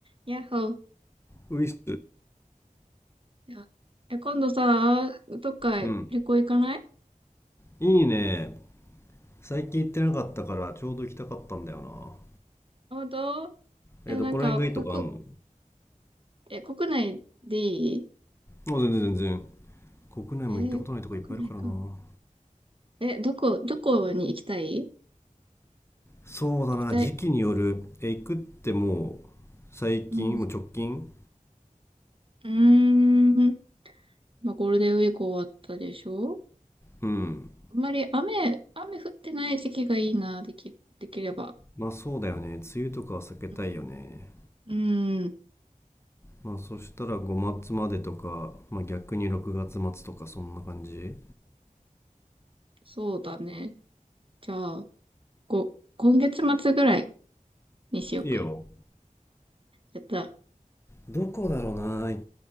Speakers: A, on the right; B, on the left.
A: やっほー。
B: ウィス。
A: じゃあえ、今度さ、どっか旅行行かない
B: うん。いいね。最近行ってなかったからちょうど行きたかったんだよ
A: どうえ、
B: な。え、どこら辺がいいとかあんの
A: なんか、国、え、国内でいい
B: もう全然全然。国内も行ったことないとこいっぱいいるからな。
A: えー国内か。え、どこ、どこに行きたい
B: そうだな、
A: 行きたい。
B: 時期による。
A: どこ
B: え、行くってもう最近、
A: うん。
B: もう直近
A: うーん。まあ、ゴールデンウィーク終わったでしょ
B: うん。
A: あんまり雨、雨降ってない時期がいいな、でき、できれば。
B: まあそうだよね。梅雨とかは避けたいよね。
A: うん。うん。
B: まあそしたら5月までとか、まあ逆に6月末とかそんな感じ
A: そうだね。じゃあ、こ、今月末ぐらいにしようか。
B: いいよ。
A: やった。わ
B: どこだろうな、い